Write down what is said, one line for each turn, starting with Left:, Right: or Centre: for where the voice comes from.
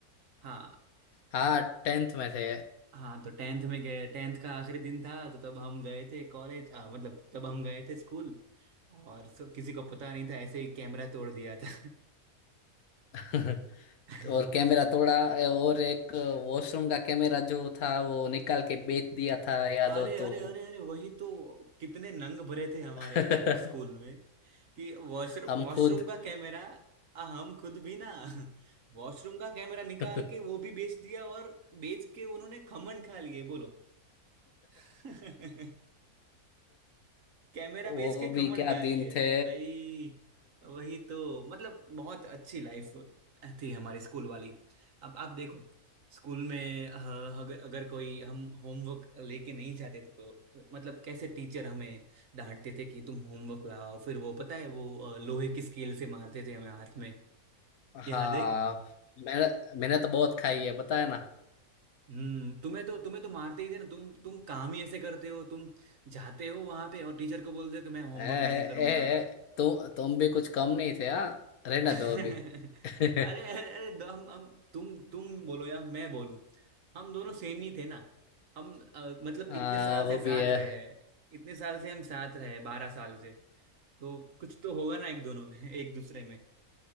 Right: हाँ
Left: हाँ टेंथ में थे
Right: हाँ तो टेंथ में गए टेंथ का आखिरी दिन था तो तब हम गए थे कॉलेज आ, मतलब तब हम गए थे स्कूल और सब- किसी को पता नहीं था ऐसे ही कैमरा तोड़ दिया था
Left: <laughs>
Right: <laughs>
Left: और कैमरा तोड़ा और एक वॉशरूम का कैमरा जो था वो निकाल के बेच दिया था याद
Right: अरे
Left: हो
Right: अरे
Left: तो
Right: अरे अरे वही तो कितने नंग भरे थे हमारे
Left: <laughs>
Right: एक स्कूल में कि वॉशरूम
Left: हम
Right: वॉशरूम
Left: खुद
Right: का कैमरा आ, हम खुद भी ना <laughs> वॉशरूम का कैमरा निकाल
Left: <laughs>
Right: के वो भी बेच दिया और बेच के उन्होंने खमन खा लिए बोलो <laughs> कैमरा
Left: वो
Right: बेच के खमण
Left: भी क्या
Right: खा ली
Left: दिन
Right: है
Left: थे
Right: भाई वही तो मतलब बहुत अच्छी लाइफ थी हमारी स्कूल वाली अब आप देखो स्कूल में अ, अगर अगर कोई हम होमवर्क लेके नहीं जाते थे तो मतलब कैसे टीचर हमें डांटते थे कि तुम होमवर्क लाओ फिर वो पता है वो अ, लोहे की स्केल से मारते थे हमें हाथ में
Left: हाँ
Right: याद है
Left: मैंने मैंने तो बहुत खाई है पता है ना
Right: हम्म तुम्हें तो तुम्हें तो मारते ही थे ना तुम तुम काम ही ऐसे करते हो तुम जाते हो वहां पे और टीचर को बोलते हो कि मैं होमवर्क
Left: ए, ए,
Right: नहीं करूंगा
Left: ए, तु, तुम भी कुछ कम नहीं थे हाँ
Right: <laughs>
Left: रहने
Right: अरे
Left: दो अभी <laughs>
Right: अरे अरे दो- हम हम तुम तुम बोलो या मैं बोलूं हम दोनों सेम ही थे ना हम अ, मतलब
Left: हाँ
Right: इतने साल
Left: वो
Right: से
Left: भी
Right: साथ
Left: है
Right: रहे इतने साल से हम साथ रहे बारह साल से तो कुछ तो होगा ना एक दोनों में एक दूसरे में